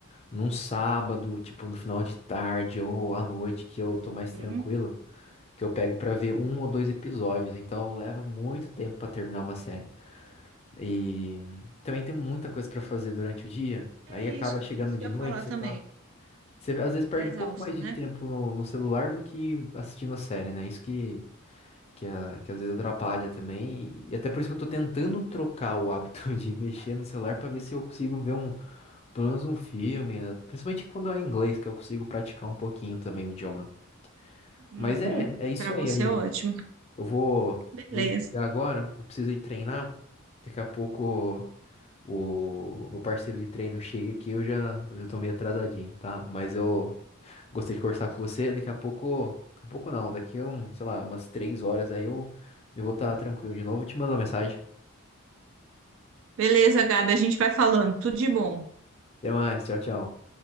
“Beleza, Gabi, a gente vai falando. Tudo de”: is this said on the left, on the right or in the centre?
Right